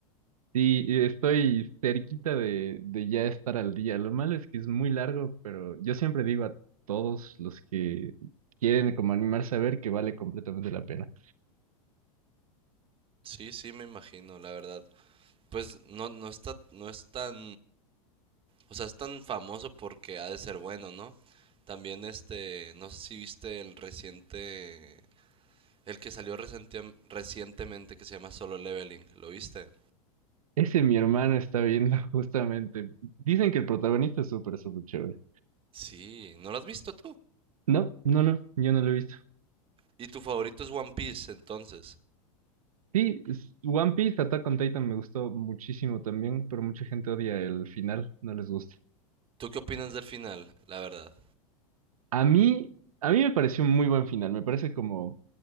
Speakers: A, on the right; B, on the right.
A: Sí, y estoy cerquita de, de ya estar al día. Lo malo es que es muy largo, pero yo siempre digo a todos los que quieren como animarse a ver que vale completamente la pena.
B: Sí, sí, me imagino, la verdad. Pues no, no está, no es tan, o sea, es tan famoso porque ha de ser bueno, ¿no? También este, no sé si viste el reciente El que salió reciente- recientemente que se llama Solo Leveling, ¿lo viste?
A: Ese mi hermano está viendo <laughs> justamente. Dicen que el protagonista es súper, súper chévere.
B: Sí, ¿no lo has visto tú?
A: No, no, no, yo no lo he visto.
B: Y tu favorito es One Piece, entonces.
A: Sí, es- One Piece, Attack on Titan me gustó muchísimo también, pero mucha gente odia el final, no les gusta.
B: ¿Tú qué opinas del final, la verdad?
A: A mí, a mí me pareció un muy buen final, me parece como